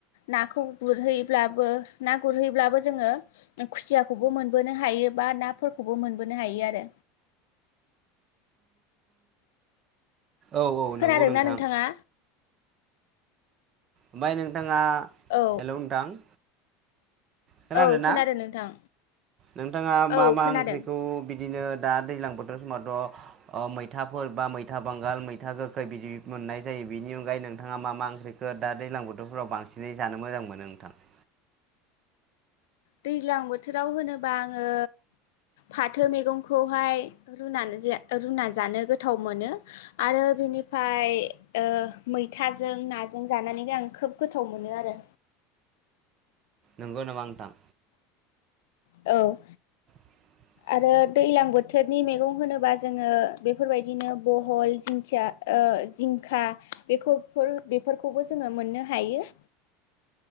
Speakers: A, on the left; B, on the right.
A: नाखौ गुरहैब्लाबो ना गुरहैब्लाबो जोङो खुसियाखौबो मोनबोनो हायो बा नाफोरखौबो मोनब बोनो हायो आरो।
B: औ औ
A: खोनादोंना
B: नोंगौ नोंथां।
A: नोंथाङा
B: ओमफ्राय नोंथाङा
A: औ
B: हेल' नोंथां। खोनादोना
A: औ खोनादों नोंथां
B: नोंथाङा मा
A: औ
B: मा
A: खोनादों
B: ओंख्रिखौ बिद दिनो दा दैज्लां बोथोर समावथ' मैथाफोर बा मैथा बांगाल मैथा गोखै बिदि मोननाय जायो बिनि अनगायै नोंथाङा मा मा ओंख्रिखो दा दैज्लां बोथोरफोराव बांसिनै जानो मोजां मोनो नोंथां? <inaudible>
A: दैज्लां बोथोराव होनोबा आङो फाथो मैगंखौहाय रुनानै जा रुनानै जानो गोथाव मोनो आरो बिनि निफाय ओ मैथाजों नाजों जानानै आं खोब गोथाव मोनो आरो
B: नोंगौ नामा नोंथां?
A: औ।
B: <inaudible>
A: आरो दैलां बोथोरनि मैगं होनोबा जोङो बेफोरबायदिनो बहल जिंखिया ओ ओ जिंखा बेखौफोर बेफोरखौबो जोङो मोननो हायो।